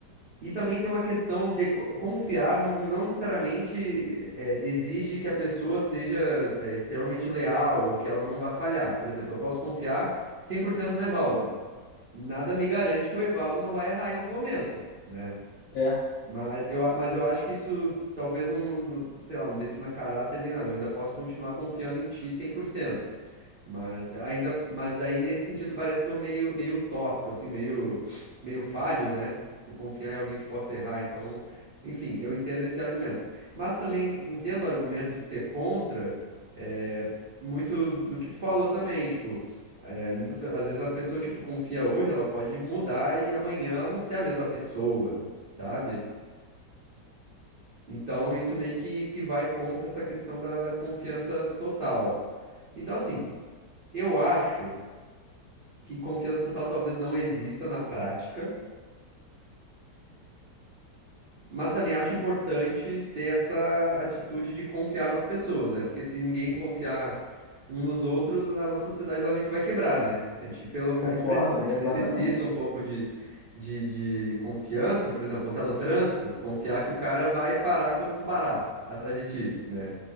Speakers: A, on the right (about 45°); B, on the left (about 75°).
A: E também tem uma questão de co- confiar, não, não necessariamente eh, exige que a pessoa seja eh, extremamente leal ou que ela não vai falhar. Por exemplo, eu posso confiar 100% no Evaldo. Nada me garante que o Evaldo não vai errar em algum momento, né?
B: Certo,
A: Mas eu, a- mas eu acho que isso talvez não, não- não- sei lá, não defina caráter nem nada. Eu ainda posso continuar confiando em ti cem por cento Mas eu ainda, mas aí nesse sentido parece que é um meio, meio utópico, assim, meio, meio falho, né? Tipo, confiar em alguém que possa errar. Então, enfim, eu entendo esse argumento. Mas também entendo o argumento de ser contra, é, muito do que tu falou também, tipo, é, muitas, pe- às vezes a pessoa que tu confia hoje, ela pode mudar e amanhã ela não ser a mesma pessoa, sabe? Então, isso meio que, que vai contra essa questão da, da confiança total. Então, assim, eu acho que confiança total talvez não exista na prática, mas também acho importante ter essa atitude de confiar nas pessoas, né? Porque se ninguém confiar uns nos outros, a nossa sociedade ela meio que vai quebrar, né? A gente, pelo, me-
B: concordo,
A: a gente, precisa, a gente
B: exatamente.
A: necessita um pouco de, de, de confiança, por exemplo, quando tá no trânsito, confiar que o cara vai parar quando tu parar atrás de ti, né?